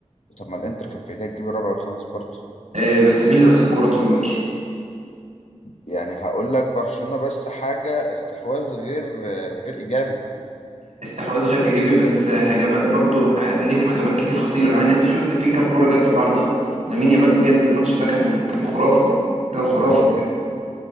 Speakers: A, on the left; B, on the right.
A: طب ما الانتر كان في ايديها تجيب الرابع والخامس برضه
B: آه بس مين اللي ماسك الكوره طول الماتش
A: يعني هقول لك برشلونة بس حاجة استحواذ غير غير ايجابي
B: استحواذ غير ايجابي بس آه، هجمات برضو آه، ليهم هجمات كتير خطيره يعني انت شفت في كام كوره جت في العارضه لامين يامال بجد الماتش ده كان كان خرافه كان خرافه
A: ما هو
B: بجد